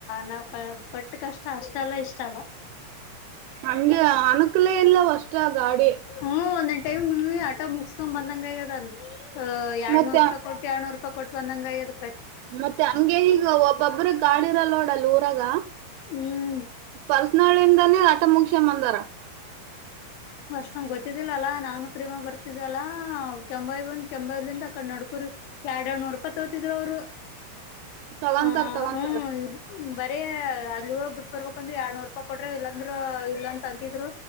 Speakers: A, on the left; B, on the right.
A: ನಾವ್ ಪಟ್ಟ ಕಷ್ಟ ಅಷ್ಟ ಅಲ್ಲ ಇಷ್ಟ ಅಲ್ಲ
B: ಹಂಗೆ ಅನಕ್ಲೇ ಇಲ್ಲ ಹೊಸದಾ ಗಾಡಿ
A: ಹ ಒಂದ್ ಟೈಮ್ ಆಟೋ ಮುಗಿಸ್ಕೊಂಡ್ ಬಂದಂಗ ಆಗದ ಅ ಎರಡ್ನೂರು
B: ಮತ್ತೆ
A: ರೂಪಾಯಿ ಕೊಟ್ಟ ಎರಡ್ನೂರು ರೂಪಾಯ್ ಪ್ ಕೊಟ್ಟ ಬಂದಂಗ ಅಗದ
B: ಮತ್ತೆ ಹಂಗೆ ಈಗ ಒಬ್ಬೊಬ್ಬ್ರ ಗಾಡಿ ಇರಲ್ಲ ನೋಡ್ ಊರಾಗ
A: ಹ್ಮ್
B: ಪರ್ಸನಲ್ಲಿ ಇದಾನೇ ಆಟ ಮುಗಸ್ದ್ ಬಂದಾರ
A: ನಂಗ ಗೊತ್ತಿದ್ದಿಲ್ಲಲ್ಲಾ ನಾನು ಪ್ರೇಮ ಬರ್ತಿದ್ದಲ್ಲಾ ಕೆಂಬಾವಿ ಬಂದ್ ಕೆಂಬಾವಿಂದ ಆ ಕಡೆ ನಡ್ಕುರಿ ಎರಡು ಎರಡ್ ನೂರುಪಾಯಿ ತಗೋತ್ತಿದ್ರೂ ಅವರು
B: ತಗೊಂತಾರ
A: ಹ
B: ತಗೊಂತಾರ
A: ಹ್ಮ ಅಲ್ಲಿ ಹೋಗ್ ಬಿಟ್ಬ ಬರ್ಬೇಕಂದ್ರೆ ಎರಡ್ನೂರು ರೂಪಾಯಿ ಕೊಡ್ರೆ ಇಲ್ಲ ಅಂದ್ರೆ ಇಲ್ಲ ಅಂತಿದ್ರು